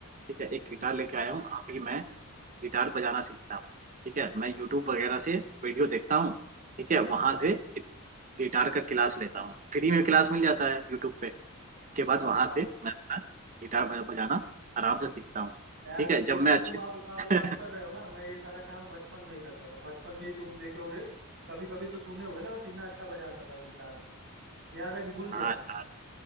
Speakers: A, on the right (about 35°); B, on the right (about 60°).
A: ठीक है एक गिटार
B: हम्म
A: लेके आया हूँ अभी मैं गिटार बजाना सीख रहा हूँ ठीक है मैं यूट्यूब वगैरह से वीडियो देखता हूँ ठीक है
B: हाँ
A: वहां
B: हाँ
A: से गिटार का क्लास लेता हूँ फ्री में क्लास मिल जाता है यूट्यूब पे उसके
B: हाँ
A: बाद वहां
B: हाँ
A: से मैं अपना गिटार बज- बजाना आराम से सीखता हूँ
B: यार
A: ठीक है जब
B: ये तो
A: मैं
B: तुम
A: अच्छी
B: आप आप
A: <laughs>
B: आप कर रहे हो ना मैं ये सारा काम बचपन में ही करता था बचपन में ही तुम देखे होगे कभी कभी तो सुने होगे ना मैं कितना अच्छा बजाता था गिटार याद है कि भूल गया
A: हाँ यार